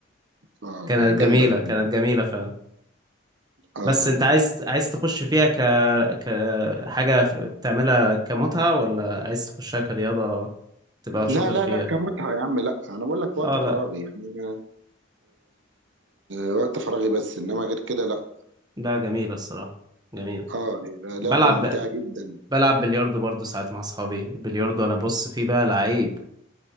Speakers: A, on the right; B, on the right.
A: اه
B: كانت
A: جامدة
B: جميله
A: بصراحة
B: كانت جميله فعلا
A: اه
B: بس انت عايز عايز تخش فيها ك كحاجه بتعملها كمتعه ولا عايز تخشها كرياضه تبقى شاطر
A: لا لا
B: فيها
A: لا كمتعة يا عم لا أنا بقول لك وقت
B: اه لا
A: فراغي يعني أنا آه وقت فراغي بس إنما غير كده لا
B: لا جميلة الصراحة جميلة
A: أه لعبة
B: بلعب
A: ممتعة
B: ب...
A: جدا
B: بلعب بلياردو برضو ساعات مع اصحابي البلياردو انا بص فيه بقى لعيب